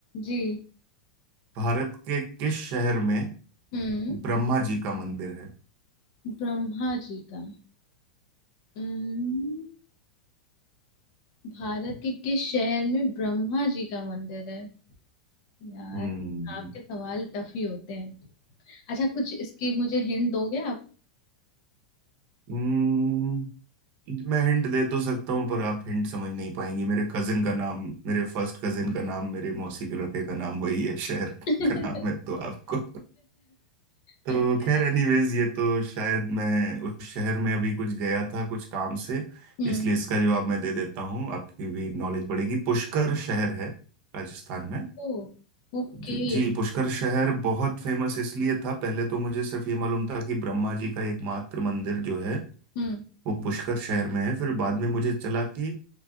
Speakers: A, on the left; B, on the right.
A: जी
B: भारत के किस शहर में
A: हम्म
B: ब्रह्मा जी का मंदिर है
A: ब्रह्मा जी का हम्म भारत के किस शहर में ब्रह्मा जी का मंदिर है यार
B: हम्म
A: आपके सवाल टफ ही होते हैं अच्छा कुछ इसकी मुझे हिंट दोगे आप
B: हम्म, मैं हिंट दे तो सकता हूँ पर आप हिंट समझ नहीं पाएंगे मेरे कजिन का नाम मेरे फर्स्ट कजिन का नाम मेरे मौसी के लड़के का नाम वही है शहर
A: <laughs> अच्छा
B: का नाम है तो आपको
A: अच्छा
B: तो खैर एनीवेज ये तो शायद मैं उस शहर में अभी कुछ गया था कुछ काम से
A: हम्म
B: इसलिए इसका जवाब मैं दे देता हूँ आपकी भी नॉलेज बढ़ेगी पुष्कर शहर है राजस्थान में
A: ओ ओके
B: जी जी, पुष्कर शहर बहुत फेमस इसलिए था पहले तो मुझे सिर्फ ये मालूम था कि ब्रह्मा जी का एकमात्र मंदिर जो है
A: हम्म
B: वो पुष्कर शहर में है फिर बाद में मुझे चला कि